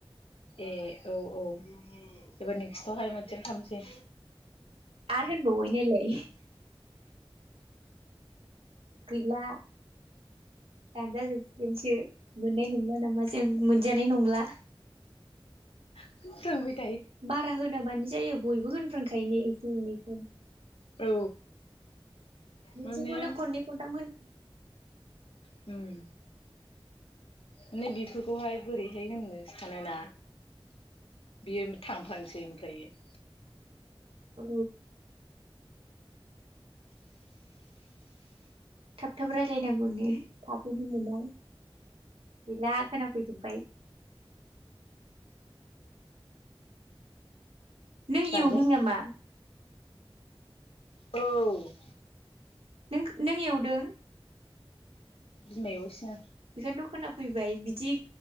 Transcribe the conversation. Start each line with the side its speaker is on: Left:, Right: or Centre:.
Left: ए औ औ एबार नेक्स्टआवहाय मोनसे खालामसै
Right: आर होनबावबाय नायलाय गैला दानजाजोबसिगोनसो मोननाय नंला नामा जों मोनजानाय नंला।
Left: <inaudible>
Right: बारा होनोबानो जायो बयबो होनफ्रांखायोनो एसे एनैखौ।
Left: औ
Right: मोनसेखौनो
Left: माने
Right: खन्नै खनथाम होन
Left: उम माने बेफोरखौहाय बोरैहाय होननो सानोना बियो थांफांसै ओमफ्रायो।
Right: औ थाब थाब रायलायनांगौनो थाथैनो मोना गैला खोनाफैजोबबाय नों
Left: दानजासि
Right: इउदों नामा?
Left: औ
Right: नों नों एवदों?
Left: बिमा एवगासिनो
Right: बेखायनोथ' खोना फैबाय बिदि